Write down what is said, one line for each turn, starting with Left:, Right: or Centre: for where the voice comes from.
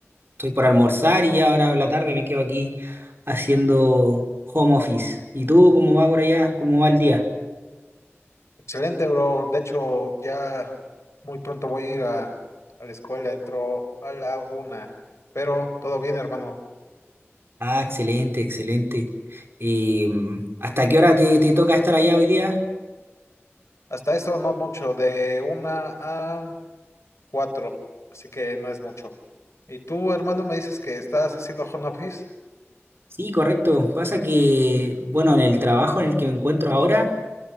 Right: estoy por almorzar y ya ahora en la tarde me quedo aquí haciendo home office. ¿Y tú cómo va por allá? ¿Cómo va el día?
Left: Excelente, bro. De hecho, ya muy pronto voy a ir a, a la escuela, entro a la una. Pero todo bien, hermano.
Right: Ah, excelente, excelente. Eh, ¿hasta qué hora te, te toca estar allá hoy día?
Left: Hasta eso no mucho, de una a cuatro. Así que no es mucho. ¿Y tú, hermano, me dices que estás haciendo home office?
Right: Sí, correcto. Pasa que, bueno, en el trabajo en el que me encuentro ahora...